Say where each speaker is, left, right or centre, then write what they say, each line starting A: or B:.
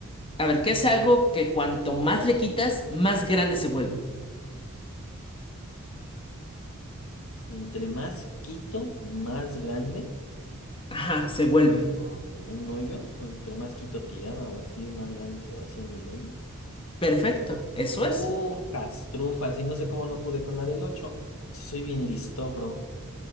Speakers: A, on the left; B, on the left.
A: a ver, ¿qué es algo que cuanto más le quitas, más grande se vuelve?
B: Entre más quito, más grande.
A: Ajá, se vuelve.
B: um, un hoyo, entre más quito tierra o así, más grande se va haciendo el hoyo.
A: Perfecto, eso
B: ¡Uh,
A: es.
B: castrufas! Y no sé cómo no pude con la del 8. Si soy bien listo, bro.